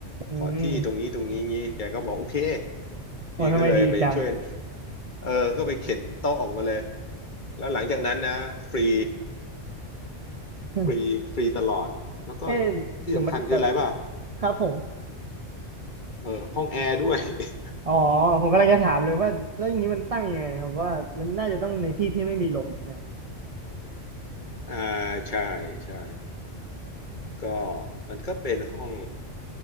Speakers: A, on the right; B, on the left.
A: อืม
B: ขอที่ตรงนี้ตรงนี้งี้แกก็บอกโอเค
A: โอ้ทำไมดีจัง
B: พี่ก็เลยไปช่วยเออก็ไปเข็นโต๊ะออกมาเลยแล้วหลังจากนั้นนะฟรี
A: <laughs>
B: ฟรีฟรีตลอดแล้วก็
A: เอ๊ะเดี๋ยวมันแต่
B: ที่สำคัญคืออะไรป่ะ
A: ครับผม
B: เออห้องแอร์ด้วย <laughs>
A: อ๋อผมกำลังจะถามเลยว่าแล้วอย่างนี้มันตั้งยังไงครับว่ามันน่าจะต้องในที่ที่ไม่มีลมใช่ไหม
B: อ่าใช่ใช่ก็มันก็เป็นห้อง